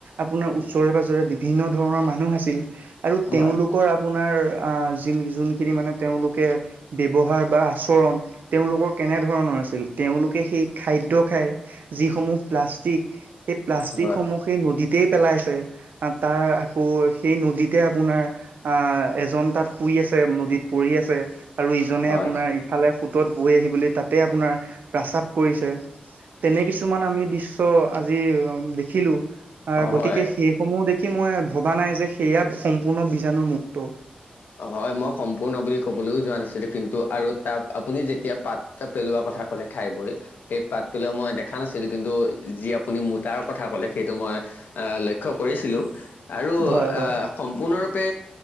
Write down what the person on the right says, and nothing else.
আপোনাৰ ওচৰে-পাজৰে বিভিন্ন ধৰণৰ মানুহ আছিল। আৰু
তেওঁলোকৰ আপোনাৰ আহ যি জোনখিনি মানে তেওঁলোকে ব্যৱহাৰ বা আচৰণ তেওঁলোকৰ কেনে ধৰণৰ আছিল? তেওঁলোকে সেই খাদ্য খাই যি সমূহ প্লাষ্টিক সেই প্লাষ্টিকসমূহ
সেই নদীতেই পেলাইছে। অ তাৰ আকৌ সেই নদীতে আপোনাৰ এজন তাত শুই আছে, নদীত পৰি আছে। আৰু ইজনে
আপোনাৰ ইফালে সোঁতত বৈ আহিবলৈ তাতে আপোনাৰ প্ৰস্ৰাৱ কৰিছে। তেনে কিছুমান আমি দৃশ্য আজি দেখিলো। আৰু গতিকে
সেইসমূহ দেখি মই ভবা নাই যে সেয়া সম্পূৰ্ণ বীজাণু মু মুক্ত।
হয়
হয়